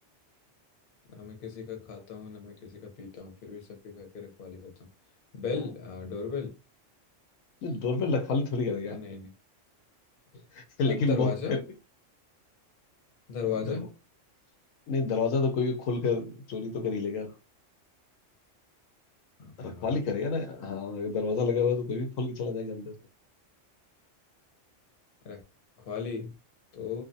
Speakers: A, on the left; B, on the left.
A: ना मैं किसी का खाता हूँ ना मैं किसी का पीता हूँ फिर भी सबके घर के रखवाली करता हूँ बेल
B: हाँ
A: डोरबेल
B: नहीं, डोर पे रखवाली थोड़ी करेगा
A: हाँ नहीं नहीं
B: <laughs> लेकिन
A: अ, दरवाजा
B: बहुत कर अ,
A: दरवाजा
B: दर, नहीं दरवाजा तो कोई भी खोल कर चोरी तो कर ही लेगा
A: हाँ
B: रखवाली
A: यार
B: करेगा ना हाँ अगर दरवाजा लगा हुआ है तो कोई भी खोल के चला जाएगा अंदर तो
A: रखवाली तो